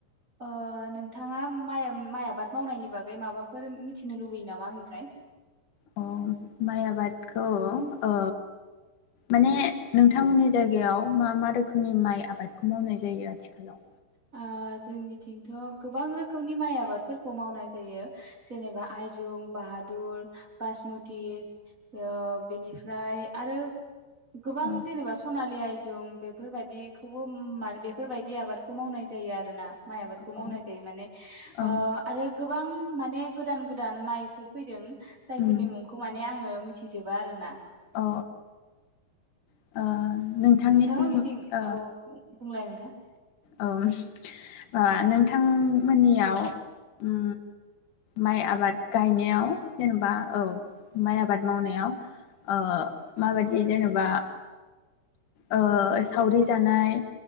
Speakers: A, on the right; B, on the left.
A: ओ नोंथाङा माइ माइ आबाद मावनायनि बागै माबाफोर मिथिनो लुबैयो नामा आंनिफ्राय
B: अ माइ आबादखौ ओ माने नोंथांमोनि जायगायाव मा मा रोखोमनि माइ आबादखौ मावनाय जायो आथिखालाव
A: ओ जोंनिथिंथ' गोबां रोखोमनि माइ आबादफोरखौ मावनाय जायो जेनेबा आयजुं बाहादुर बासमथि ओ बेनिफ्राय आरो गोबां
B: औ
A: जेनेबा सनालि आइ जों बेफोरबायदिखौबो मान बेफोरबायदि आबाद बे खौ मावनाय जायो आरोना माइ आबादखौ
B: औ
A: मावनाय जायो माने ओ
B: औ
A: आरो गोबां माने गोदान गोदान माइफोर फैदों। जायफोरनि
B: उम
A: मुंखौ माने आङो। मिथिजोबा आरो ना
B: औ औ ओ नोंथांनिसिम
A: नोंथां मोनिथिं
B: ओ
A: औ बुंलाय नोंथां।
B: ओ ओ नोंथांमोननियाव ओ माइ आबाद गायनायाव। जेनेबा औ माइ आबाद मावनायाव ओ माबायदि जेनेबा। ओ सावरि जानाय